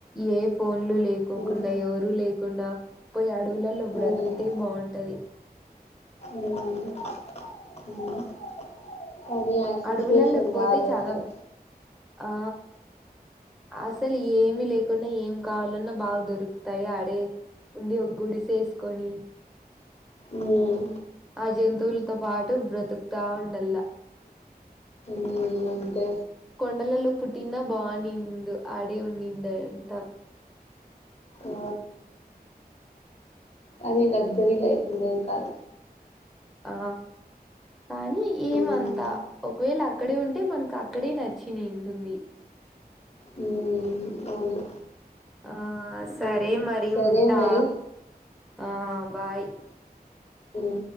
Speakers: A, in the centre; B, on the left (about 40°).
A: ఏ ఫోన్లు లే లేకోకుండా
B: మ్మ్,
A: ఎవరూ లేకుండా పోయి అడవులలో
B: మ్మ్,
A: బ్రతికితే బాగుంటది
B: మ్మ్, మ్మ్. కానీ ఆ సిచ్యువేషన్
A: అడవులలకు పోతే
B: రాదు
A: చాలా
B: అసలు
A: ఆ అసలు ఏమి లేకుండా ఏమి కావాలన్నా బాగా దొరుకుతాయి ఆడి ఉండి ఒక గుడిసేసుకొని
B: మ్మ్,
A: ఆ జంతువులతో పాటు బ్రతుకుతా ఉండల్లా
B: ఈ అంతే
A: కొండలలో పుట్టిన బానినిందు ఆడే ఉండిడంట
B: ఆ, అవి లగ్జరీ లైఫ్ ఉండదు కాదు
A: ఆ కానీ ఏమంతా
B: మ్మ్,
A: ఒకవేళ అ అక్కడే ఉంటే మనకు అక్కడే నచ్చింది ఉంటుంది
B: మ్మ్, అవును
A: ఆ సర్
B: మ్మ్.
A: మరి
B: సరే
A: ఉంటా
B: మరి
A: ఆ బాయ్
B: మ్మ్.